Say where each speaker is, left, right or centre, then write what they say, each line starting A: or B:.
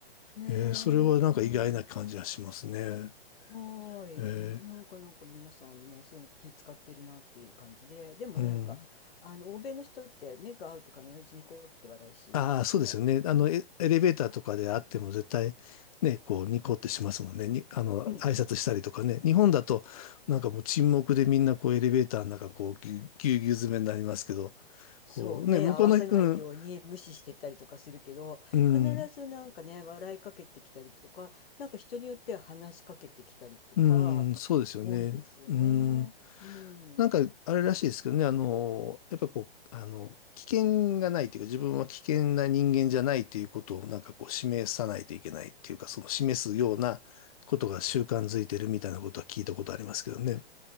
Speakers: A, on the left; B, on the left.
A: ねえ、
B: えーそれはなんか意外な感じがしますね。
A: うん。はーい。
B: え
A: うん、なんかなんか皆さんね、そういうの気使ってるなっていう感じで、でもね、
B: ーうん。
A: なんか、あの、欧米の人って目が合うと必ずニコって笑うし、
B: ああ、そうですよね。
A: ね。
B: あの、
A: うん。
B: エエレベーターとかであっても絶対、ね、こう、ニコってしますもんね。に、あの、
A: うん。
B: 挨拶したりとかね。日本だと、なんかもう沈黙でみんなこう、エレベーターの中、こう、ぎゅ、ぎゅうぎゅう詰めになりますけど、
A: そう、
B: こう、
A: 目合わせないように無視してたりとかするけど、
B: ね、向こうの、うん、うん。
A: 必ずなんかね、笑いかけてきたりとか、なんか人によっては話しかけてきたりとか、
B: うーん、そうですよね。
A: 多いですよね。
B: うーん。
A: うん。
B: なんか、あれらしいですけどね、あの、やっぱこう、あの、危険がないというか、自分は危険な人間じゃないということを、なんかこう、示さないといけないっていうか、その示すようなことが習慣づいてるみたいなことは聞いたことありますけどね。